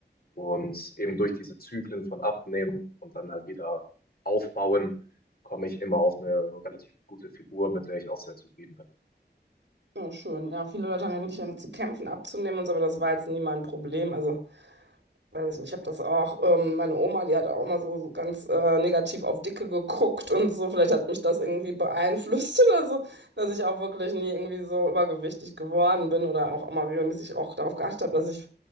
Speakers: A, on the left; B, on the right.
A: Und eben durch diese Zyklen von Abnehmen und dann halt wieder Aufbauen komme ich immer auf eine relativ gute Figur, mit der ich auch sehr zufrieden bin.
B: Ja, schön. Ja, viele Leute haben ja wirklich damit zu kämpfen, abzunehmen und so, aber das war jetzt nie mein Problem. Also, weiß ich nicht, ich habe das auch, ähm, meine Oma, die hat auch immer so, so ganz äh, negativ auf Dicke geguckt und so. Vielleicht hat mich das irgendwie beeinflusst <laughs> oder so, dass ich auch wirklich nie irgendwie so übergewichtig geworden bin oder auch immer regelmäßig auch darauf geachtet habe, dass ich